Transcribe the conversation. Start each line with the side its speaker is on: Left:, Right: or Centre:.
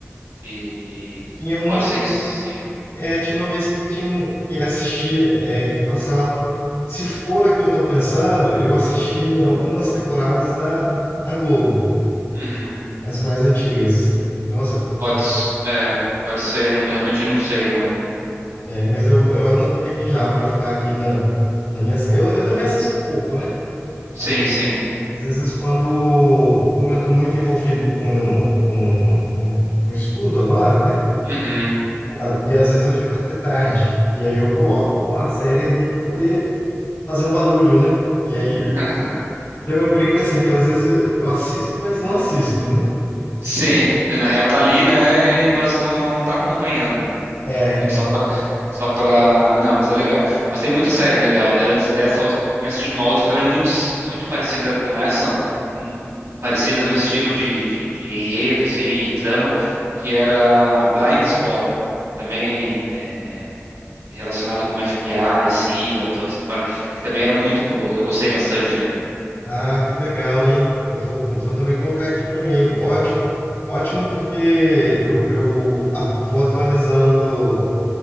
Right: E
Left: Tinha uma,
Right: pode ser
Left: vez-
Right: que sim.
Left: é, tinha uma vez que tinha um- que assistia, é, que passava. Se for a que eu tô pensando, eu assisti
Right: Uhum,
Left: algumas temporadas na, na Globo,
Right: uhum.
Left: as mais antigas. Nossa,
Right: Pode, s- é, pode ser, não- realmente não sei, não.
Left: É, mas eu, eu anotei aqui já para ficar aqui na, na minha. Eu, eu também assisto pouco, né?
Right: Sim,
Left: Às, ve-
Right: sim.
Left: às vezes, quando. Como eu estou muito envolvido com, com, com, com estudo agora, né?
Right: Uhum.
Left: A- E às vezes eu fico até tarde. E aí eu coloco uma série ali para poder fazer um barulho, né? E aí.
Right: <laughs>
Left: Então eu brinco assim, que às vezes eu assisto, mas não assisto, né?
Right: Sim, na real tá ali, né? Mas tu não tá acompanhando, né?
Left: É,
Right: Só pra, só pra. Não, mas é legal. Mas tem muita série legal, né? Antes dessa, eu tinha assistido uma outra também muito, muito parecida com essa, n- n- parecida no estilo de, de, de enredo, assim, e trama, que era Blind Spot, que também é relacionado com FBI, CIA, toda essa parte, que também era muito boa. Eu gostei bastante, né?
Left: Ah, que legal, hein? Eu vou, tam- vou também colocar aqui para mim. Ótimo, ótimo, porque eu, eu atu- vou atualizando,